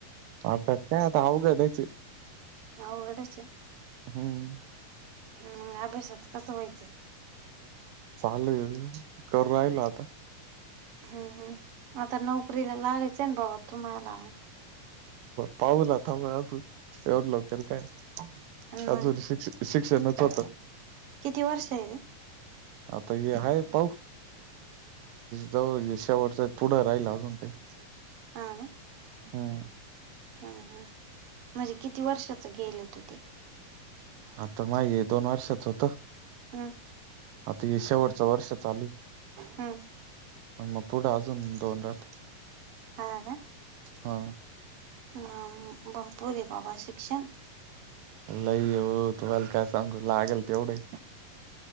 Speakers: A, on the right; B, on the right.
A: आता काय आता अवघड आहेच आहे.
B: आवघडचे
A: हम्
B: हम म अभ्यासात कसं व्हायचं
A: चाल कर राहिल आता
B: हम् हम् आता नोकरीला लागायचं आहे ना बाबा तुम्हाला
A: पाहूला थांबजून एवढ लोक तररी काय
B: अन मग
A: अजूनरी शिक्ष शिक्षणच होतं
B: किती वर्ष आहे रे
A: आता हे आहे पाऊ जवळ शेवटत पुढं राहिला अजून काही
B: हा
A: हम
B: हम ह म्हणजे किती वर्षाच गेयल होत ते
A: आता माे दोन वर्षच होतं
B: हम्म
A: आता हे शेवटचं वर्ष चालू
B: हम्म
A: मग पुढं अजून दोन रात
B: हा का
A: हा
B: ह भरपूर बाबा शिक्षण
A: लई हो त व्हाल काय सांगू लागेल तेवढं